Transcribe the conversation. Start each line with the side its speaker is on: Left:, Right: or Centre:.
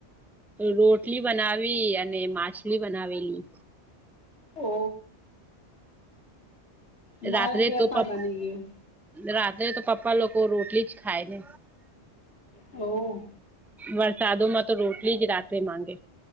Centre: રોટલી બનાવી અને માછલી બનાવેલી,
Left: ઓ મારે
Centre: રાત્રે
Left: ત્યાં
Centre: તો
Left: પણ
Centre: પપ
Left: બની ગયું.
Centre: રાત્રે તો પપ્પા લોકો રોટલી જ ખાય ને,
Left: ઓ
Centre: વરસાદો માં તો રોટલી જ રાત્રે માંગે